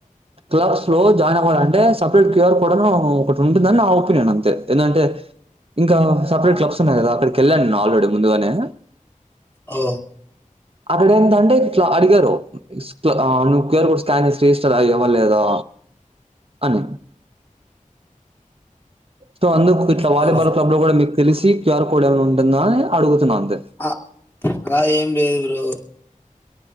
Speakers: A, on the right; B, on the left.
A: క్లబ్స్లో జాయిన్ అవ్వాలంటే సపరేట్ క్యూఆర్ కోడ్ ఒకటి ఉంటుందని నా ఒపీనియన్ అంతే ఎందుకంటే ఇంకా సపరేట్ క్లబ్స్ ఉన్నాయి కదా అక్కడికి వెళ్ళాను నేను ఆల్రెడీ ముందుగానే
B: ఓ
A: అ ఇప్పుడేందంటే ఇట్లా అడిగారు ఇట్ల నువ్వు క్యూఆర్ కోడ్ స్కాన్ చేసి రిజిస్టర్ అయావా లేదా అని. సో అందుకు ఇట్లా వాలీబాల్
B: ఓ
A: క్లబ్ లో కూడా మీకు తెలిసి క్యూఆర్ కోడ్ ఏమైనా ఉంటుందా అడుగుతున్నా అంతే
B: అ గా ఏం లేదు బ్రో